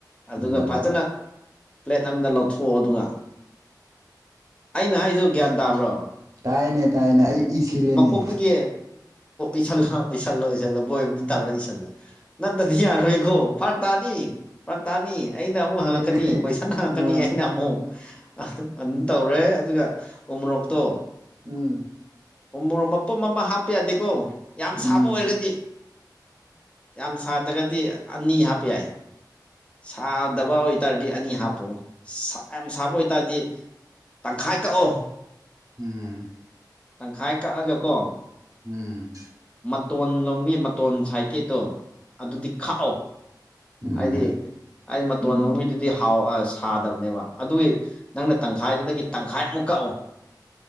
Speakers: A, on the left; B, on the right.
A: ꯑꯗꯨꯒ
B: ꯎꯝ
A: ꯐꯖꯅ ꯄ꯭ꯂꯦꯠ ꯑꯃꯗ ꯂꯧꯊꯣꯛꯑꯣ ꯑꯗꯨꯒ ꯑꯩꯅ ꯍꯥꯏꯗ ꯒ꯭ꯌꯥꯟ ꯇꯥꯕ꯭ꯔꯣ
B: ꯇꯥꯏꯅꯦ ꯇꯥꯏꯅ ꯑꯩ ꯏ ꯁꯤꯜꯂꯦꯅꯦ
A: ꯃꯀꯣꯛꯇꯒꯤ ꯏꯁꯜꯅ ꯑꯣꯏꯁꯜꯂꯣ ꯏꯁꯜꯂꯣ ꯕꯣꯏ ꯑꯃꯝꯅ ꯇꯥꯔꯣ ꯏꯁꯜꯂꯣ ꯅꯠꯇꯗꯤ ꯌꯥꯔꯣꯏꯈꯣ ꯐꯔꯛ ꯇꯥꯅꯤ ꯐꯔꯛ ꯇꯥꯅꯤ ꯑꯩꯅ ꯑꯃꯨꯛ
B: ꯍꯣꯏꯅꯦ
A: ꯍꯪꯉꯛꯀꯅꯤ ꯀꯣꯏꯁꯟ ꯍꯪꯉꯛꯀꯅꯤ
B: ꯑ
A: ꯑꯩꯅ ꯑꯃꯨꯛ ꯑꯗꯨꯝ ꯇꯧꯔꯦ ꯑꯗꯨꯒ ꯎꯃ꯭ꯔꯣꯛꯛꯇꯣ
B: ꯎꯝ
A: ꯎ ꯃꯄꯨꯝ ꯑꯃ ꯍꯥꯞꯄ ꯌꯥꯗꯦꯀꯣ ꯌꯥꯝ
B: ꯎꯝ
A: ꯁꯥꯕ ꯑꯣꯏꯔꯒꯗꯤ ꯌꯥꯝ ꯁꯥꯗ꯭ꯔꯒꯗꯤ ꯑꯅꯤ ꯍꯥꯞꯄ ꯌꯥꯏ ꯁꯥꯗꯕ ꯑꯣꯏꯇꯥꯔꯗꯤ ꯑꯅꯤ ꯍꯥꯞꯄꯣ ꯌꯥꯝ ꯁꯥꯕ ꯑꯣꯏꯇꯥꯔꯗꯤ ꯇꯪꯈꯥꯏ ꯀꯛꯑꯣ
B: ꯎꯝ
A: ꯇꯪꯈꯥꯏ ꯀꯛꯑꯒ ꯀꯣ
B: ꯎꯝ
A: ꯃꯇꯣꯟ ꯂꯣꯝꯒꯤ ꯃꯇꯣꯟ ꯁꯥꯏꯀꯦꯠꯇꯣ ꯑꯗꯨꯗꯤ ꯈꯥꯛꯑꯣ
B: ꯎꯝ ꯎꯝ
A: ꯍꯥꯏꯗꯤ ꯑꯩ ꯃꯇꯣꯟ ꯂꯣꯝꯒꯤꯗꯨꯗꯤ ꯍꯥꯎ ꯁꯥꯗꯕꯅꯦꯕ ꯑꯗꯨꯒꯤ ꯅꯪꯅ ꯇꯪꯈꯥꯏꯗꯨꯗꯒꯤ ꯇꯪꯈꯥꯏꯃꯨꯛ ꯀꯛꯑꯣ